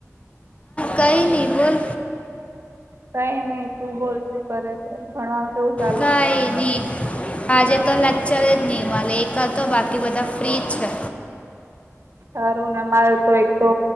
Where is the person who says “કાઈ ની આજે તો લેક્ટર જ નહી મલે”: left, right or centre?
Left